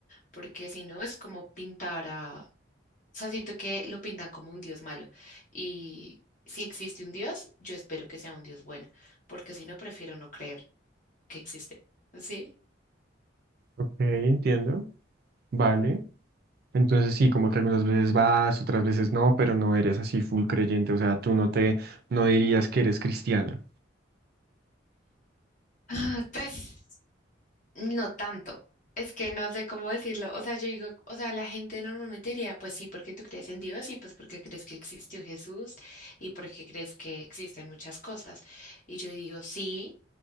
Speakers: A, on the left; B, on the right.
A: porque si no es como pintar a... O sea, siento que lo pintan como un Dios malo y si existe un Dios, yo espero que sea un Dios bueno, porque si no, prefiero no creer que existe. ¿Sí?
B: Ok, entiendo. Vale. Entonces sí, como que algunas veces vas, otras veces no, pero no eres así full creyente. O sea, tú no te, no dirías que eres cristiana.
A: Ah, pues. No tanto. Es que no sé cómo decirlo. O sea, yo digo, o sea, la gente normalmente diría, pues sí, porque tú crees en Dios y pues porque crees que existió Jesús y porque crees que existen muchas cosas. Y yo digo, sí,